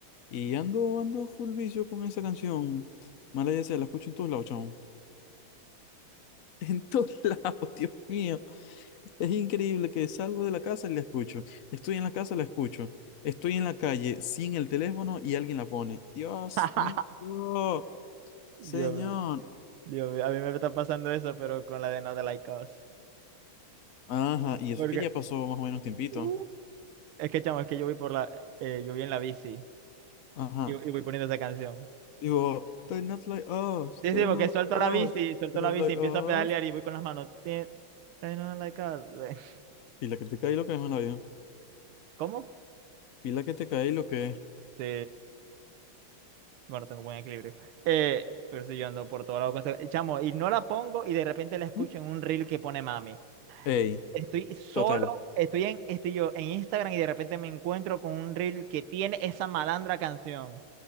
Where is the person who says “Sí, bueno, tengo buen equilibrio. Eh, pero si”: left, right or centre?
Right